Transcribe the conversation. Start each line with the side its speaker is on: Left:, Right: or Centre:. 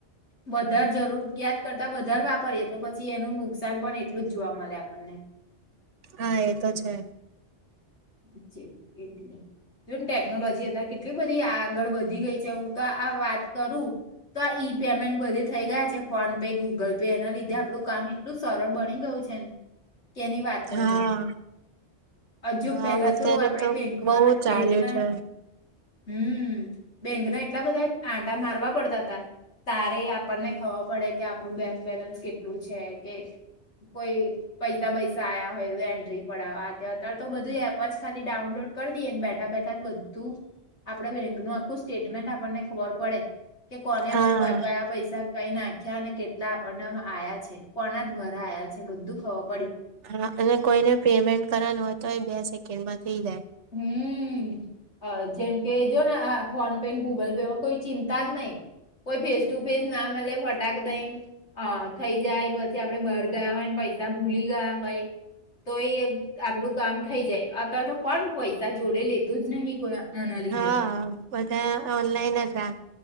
Left: વધારે જરૂરિયાત કરતા વધારે વાપરીએ તો પછી એનું નુકસાન પણ એટલું જ જોવા મળે આપણને.
Right: હા એ તો છે
Left: હાચ્ચે એટલે જો ને ટેકનોલોજી અત્યારે કેટલી બધી આગળ વધી ગઈ છે હું તો આ વાત કરું તો આ ઈ પેમેન્ટ બધે થઈ ગયા છે ફોન પે, ગૂગલ પે એના લીધે આપણું કામ એટલું સરળ બની ગયું છે ને કેની વાત
Right: હા
Left: જ નહી, અજુ
Right: હા
Left: પહેલા
Right: અત્યારે
Left: તો આપડે બેંકમાં
Right: બહુ ચાલ્યું
Left: બેંકના
Right: છે
Left: હમ, બેંકના એટલા બધા આંટા મારવા પડતા હતા. તારે આપણને ખબર પડે કે આપણું બેંક બેલેન્સ કેટલું છે, કે કોઈ પૈસા પૈસા આ્યા હોય તો એન્ટ્રી પડાવ અત્યારે તો બધું જ ખાલી ડાઉનલોડ કરી દઈએને બેઠા બેઠા બધું, આપડ બેંકનું આખું સ્ટેટમેન્ટ આપણને ખબર પડે. કે કોને આપડણે
Right: હા
Left: કયા પૈસા કઈ નાખ્યા અને કેટલા આપણને આયા છે. કોના દ્વારા આવ્યા છે બધું ખવા
Right: હા અને કોઈને પેમેન્ટ કરવાનું હોય તો એ બેસ સેકન્ડમાં થઈ જાય.
Left: હમ, જેમ કે જો ને ફોન પે ગૂગલ પેમાં કોઈ ચિંતા જ નહી. કોઈ ફેસ ટુ ફેસ ના મળે ફટાક દઈ ને થઈ જાય, પછી આપડે બાર ગયા હોય ને પ ત્યા ભૂલી ગયા હોય. તો એ આપડું કામ થઈ જાય, અત્યારે તો કોણ પૈસા જોડે લેતું જ ન કો આના લીધે
Right: હા
Left: તો.
Right: ઓનલાઈન જ રા